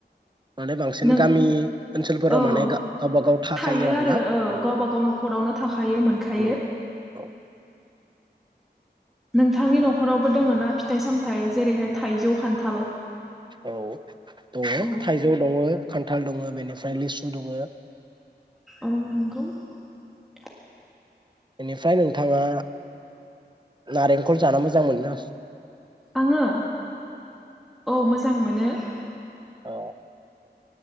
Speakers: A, on the right; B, in the centre.
A: माने बांसिन
B: नों
A: गामि ओनसोलफोराव
B: औ
A: माने गावबा गाव थाखायो
B: थायो
A: आरोना
B: आरो
A: औ
B: गावबा गाव न'खरावनो थाखायो मोनखायो
A: औ औ ।
B: नोंथांनि न'खरावबो दोङ ना फिथाइ सामथाइ जेरैहाय थाइजौ, खान्थाल?
A: औ दङ
B: औ
A: थाइजौ दङ खान्थाल दङो । बेनिफ्राय लिसु दङो ।
B: औ नंगौ ।
A: बेनिफ्राय नोंथांङा नारेंखल जाना मोजां मोनोना?
B: आंङो औ मोजां मोनो ।
A: अ